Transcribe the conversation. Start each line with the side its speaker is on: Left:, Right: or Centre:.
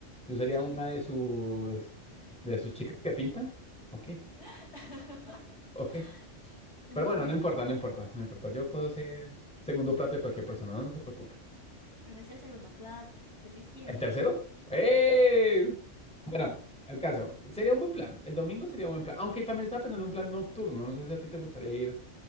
Centre: Yo sería
Left: sí,
Centre: una
Left: yo ya
Centre: de
Left: hice.
Centre: sus de sus chicas que pintan. Ok,
Left: <laughs>
Centre: ok.
Left: Bueno,
Centre: Pero bueno, no importa, no importa, no importa. Yo puedo ser segundo plato de cualquier persona, no, no se preocupe.
Left: pero es el segundo plato, te estoy diciendo.
Centre: ¿El tercero?
Left: que-
Centre: ¡Eh! Bueno, el caso. Sería un buen plan. El domingo sería un buen plan. Aunque también estaba pensando en un plan nocturno. No sé si a ti te gustaría ir